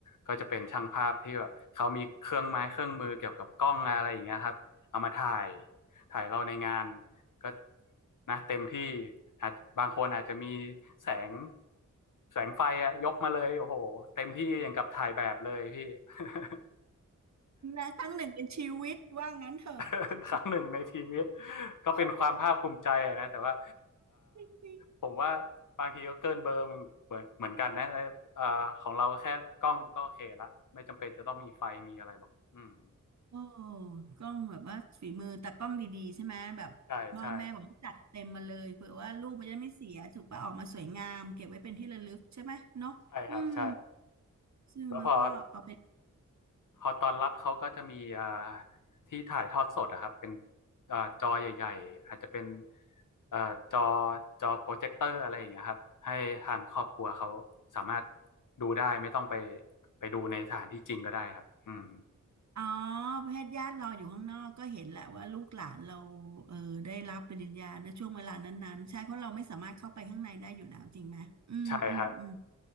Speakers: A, on the left; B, on the right.
A: ก็จะเป็นช่างภาพที่แบบเขามีเครื่องไม้เครื่องมือเกี่ยวกับกล้องอะไรอย่างเงี้ยครับเอามาถ่ายถ่ายเราในงานก็นะเต็มที่อาจบางคนอาจจะมีแสงแสงไฟอะยกมาเลยโอ้โหเต็มที่อย่างกับถ่ายแบบเลยพี่ <laughs>
B: นะครั้งหนึ่งในชีวิตว่างั้นเถอะ
A: <laughs>
B: <laughs>
A: ครั้งหนึ่งในชีวิตก็เป็นความภาคภูมิใจนะแต่ว่า
B: เออจริงๆ
A: ผมว่าบางทีก็เกินเบอร์เหมือนเหมือนกันนะแ่ของเราแค่กล้องก็โอเคละไม่จำเป็นจะต้องมีไฟมีอะไรหรอกอืม
B: โอ้กล้องแบบว่าฝีมือแต่กล้องดีๆใช่ไหมแบบพ่อแม่บอกให้จัดเต็มมาเลยเผื่อว่ารูปมันจะไม่เสียถูกปะออกมาสวยงามเก็บไว้เป็นที่ระลึกใช่ไหมเนาะอืม
A: ใช่ใช่ใช่ครับใช่
B: ซึ่งแล้วก็เอาไป
A: แล้วพอ พอตอนรับเขาก็จะมีอ่าที่ถ่ายทอดสดอะครับเป็นอ่าจอใหญ่ๆอาจจะเป็นอ่าจอจอโปรเจคเตอร์อะไรอย่างเงี้ยครับให้ทางครอบครัวเขาสามารถดูได้ไม่ต้องไปไปดูในสถานที่จริงก็ได้ครับอืม
B: อ๋อประเภทญาติเราอยู่ข้างนอกก็เห็นแหละว่าลูกหลานเราเออได้รับปริญญาในช่วงเวลานั้นๆใช่เพราะเราไม่สามารถเข้าไปข้างในได้อยู่แล้วจริงไหมอืมอืมอืม
A: ใช่ครับ